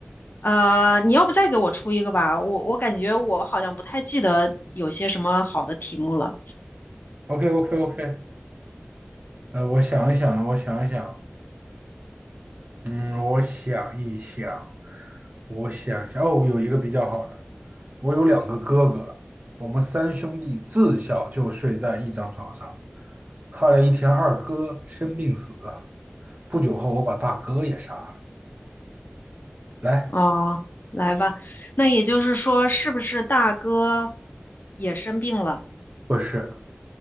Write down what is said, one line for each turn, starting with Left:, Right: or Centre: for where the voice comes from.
Left: 呃，你要不再给我出一个吧？我我感觉我好像不太记得有些什么好的题目了。
Right: ？OK OK OK，呃，我想一想，我想一想，嗯，我想一想，我想一想，哦，有一个比较好的，我有两个哥哥，我们三兄弟自小就睡在一张床上，后来一天二哥生病死了，不久后我把大哥也杀了。来，
Left: 哦，来吧，那也就是说，是不是大哥也生病了？
Right: 不是，